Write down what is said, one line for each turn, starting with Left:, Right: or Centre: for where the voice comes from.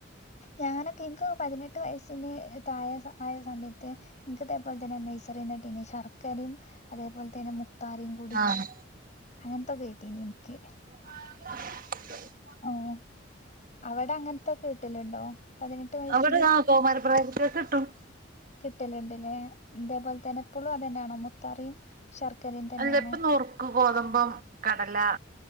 Left: ഞാനൊക്കെ ഇനിക്ക് ഒക്കെ പതിനെട്ട് വയസ്സിന് തായെ ആയ സമയത്ത്. ഇൻക്ക് ഇതേപോലെ തന്നെ നൈസറീന്ന് കിട്ടിന്ന് ശർക്കരയും അതേപോലെ തന്നെ. അങ്ങനെ മുത്താറിം കൂടി
Right: ആഹ്
Left: അങ്ങനത്തൊക്കെ കിട്ടീനി ഇനിക്ക്.
Right: <unintelligible>
Left: ഉം. അവിടെ അങ്ങനത്തൊക്കെ കിട്ടലുണ്ടോ? പതിനെട്ട് വയസ്സിന്
Right: അവിടെ ആ കൗമാര പ്രായകുട്ട്യാക്ക് കിട്ടും.
Left: കിട്ടൽ ഇണ്ടല്ലേ ഇതേപോലെ തന്നെ ഇപ്പോഴും അതെന്നെയാണോ മുത്താറിയും ശർക്കരയും. തന്നെയാണോ
Right: അല്ല ഇപ്പൊ നുറുക്ക് ഗോതമ്പം കടല.